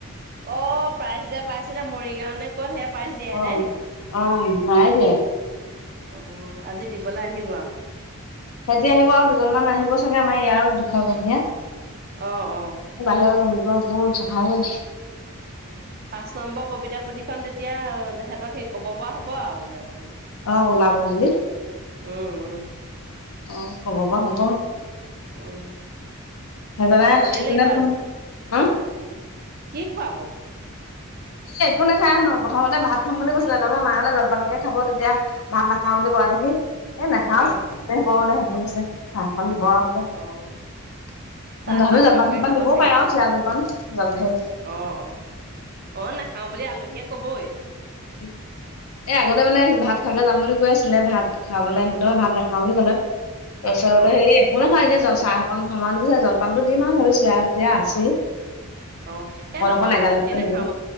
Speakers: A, on the right; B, on the left.
A: অ', প্ৰাইজ যে, পাইছিলে মৰিগাঁও নে ক'ত সেয়া? পাইছ দিয়াই
B: অ
A: নাই নেকি?
B: অ নাই দিয়া
A: অ', আজি দিবলৈ আহিব আৰু।
B: সিহঁতি আহিব আৰু দুজনমান আহিব চাগে আমাৰ ইয়াৰ বিষয়ববীয়া।
A: অ', অ'।
B: বাহিৰৰ ৰুমটো বহুত চফা হৈ <unintelligible>
A: অ', পাঁচ নম্বৰ কবিতা পুথিখন তেতিয়া সিহেঁতক সেই ক'ব পৰা হ'ব আৰু উলিয়াব বুলি।
B: অ', ওলাব বুলি।
A: উম, উম।
B: অ', ক'ব পৰা হ'ব
A: উম,
B: সেইজনাই
A: ভালেই
B: সেইজনে
A: লাগিব আজি
B: ফোন <unintelligible>
A: কি খুৱাব?
B: একো নেখাই হেনো প্ৰথমতে ভাত খাম বুলি কৈছিলে লগৰ মাই বোলে জলপানকে খাব তেতিয়া ভাত নাখাওঁ বুলি কোৱা দেখি এ, নাখাওঁ
A: অ',
B: <unintelligible> কৈছে চাহ অকন দিব আৰু বোলে। অ',
A: অ'। চাহ
B: তথাপিও
A: তাহ একাপকে
B: জলপান চলপান
A: খাব
B: দিবও
A: চাগে
B: পাৰে
A: ভাল
B: আৰু চিৰা জলপান জল সেই
A: অ অ অ নাখাও বুলি আলহীয়ে কবই
B: উম এই আগতে মানে ভাত খোৱাকে যাম বুলি কৈ আছিলে ভাত খাবলে আহ সিঁতে ভাত নাখাওঁ বুলি ক'লে তাৰপিচত
A: অ
B: সেই কোনে খা এনেই জল চাহ একন খাম আও কৈছে জলপানটো দিম আও ধৰ ছিয়া তিয়া আছেই।
A: অ
B: অকন
A: এ নহয়
B: অকন এগাল
A: আলহীয়ে
B: এগাল
A: নাখাব
B: নিব